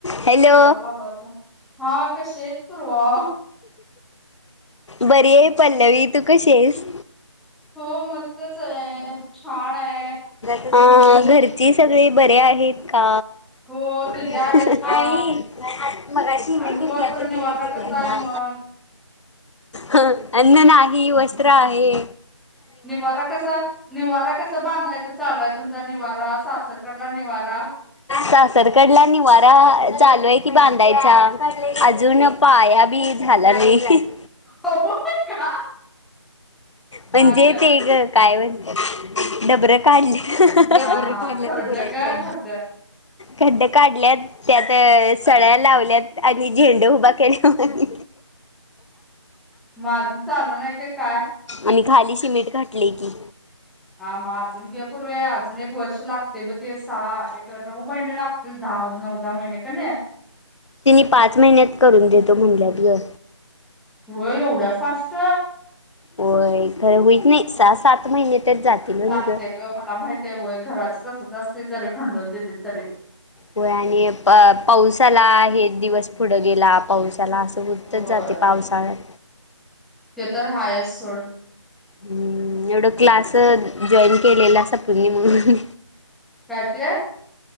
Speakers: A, on the left (about 70°); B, in the centre.
A: हॅलो
B: त्या पूर्वाला लावला होता, हा कशी आहेस पूर्वा
A: बरी आहे. पल्लवी तू कशी आहेस?
B: हो मस्तचे, छान आहे.
A: हो घरची सगळी बरी आहेत का?
B: हो तुझ्या
A: नाही,
B: आहेत का?
A: मगाशी हिने
B: अन्नवस्त्र
A: केलती आता
B: निवारा
A: तिने केल्या
B: कसा आहे मग?
A: हं, अन्न नाही वस्त्र आहे.
B: निवारा कसा, निवारा कसं बांधायच चालूय तुमचा निवारा सासर कड ला निवारा
A: सासरकडला निवारा चालू आहे की बांधायचा अजून पाया बी झाला नाही
B: होय का?
A: म्हणजे
B: का ग?
A: ते ग काय म्हणत्यात की डबरं काढल्यात, डबरं
B: हा हा
A: काढल्यात
B: खरड
A: पुरायचाय.
B: ग खरड.
A: खड्ड्यात काढल्यात त्यातच सळ्या लावल्यात आणि झेंड उभा केल्यावाणी
B: म अजून चालू नाही का काय?
A: आणि खाली सिमेंट घातले की.
B: हा महाजून घेप पूर वेळ अजून एक वर्ष लागते ब ते सहा एक, नऊ महिने लागतील दहा-नऊ दहा महिने की नाही
A: त्यांनी पाच महिन्यात करून देतो म्हणल्यात ग.
B: होय एवढ्या फास्ट
A: होय खरं होईत नाही सहा-सात महिने तर जातील
B: लागते
A: <unintelligible> नि ग.
B: ग मला माहिती आहे व्हयं घराच तसंच असतंय जरी खंडून दिलीत तरी.
A: होय आणि, प-पाऊस आला एक दिवस पुढं गेला पाऊस आला असं. तरं
B: होय
A: उत्तच जाते पावसाळ्यात
B: ते तर आहेच सोड.
A: हम्म, एवढं क्लासं जॉईन केलेला सपुनी म्हणून
B: काय ते?